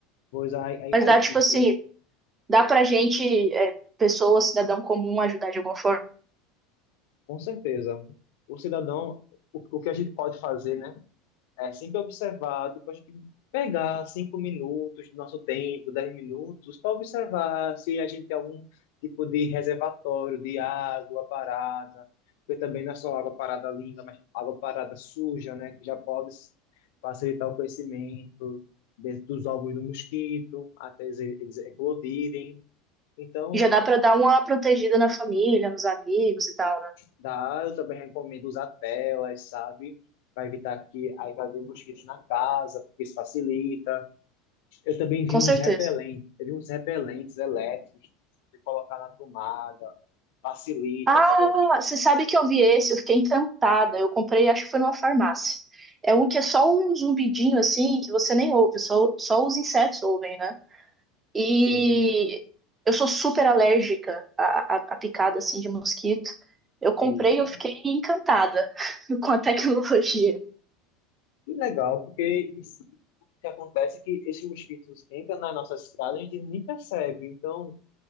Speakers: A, on the left; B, on the right.
A: Pois a, a,
B: Mas
A: a
B: dá,
A: equipe,
B: tipo assim, dá pra gente, é, pessoa, cidadão comum, ajudar de alguma forma.
A: com certeza. O cidadão, o, o que a gente pode fazer, né? É sempre observar, tipo, a gente pegar cinco minutos do nosso tempo, dez minutos, para observar se a gente tem algum tipo de reservatório de água parada, porque também não é só água parada limpa, mas água parada suja, né, que já pode facilitar o crescimento de- dos ovos do mosquito, até eles, eles eclodirem. Então,
B: E já dá pra dar uma protegida na família, nos amigos e tal, né?
A: da, eu também recomendo usar telas, sabe? Para evitar que a entrada de mosquitos na casa, porque isso facilita. Eu também vi
B: Com
A: uns
B: certeza.
A: repelentes, eu vi uns repelentes elétricos de colocar na tomada, facilita,
B: Ah,
A: sabe?
B: você sabe que eu vi esse, eu fiquei encantada. Eu comprei, acho que foi numa farmácia. É um que é só um zumbidinho assim, que você nem ouve, só, só os insetos ouvem, né? E
A: Sim,
B: eu sou super alérgica à, à, à picada assim de mosquito. Eu comprei,
A: eita.
B: eu fiquei encantada <laughs> com a tecnologia.
A: E legal, porque isso que acontece é que esses mosquitos entram nas nossas casas e a gente nem percebe. Então,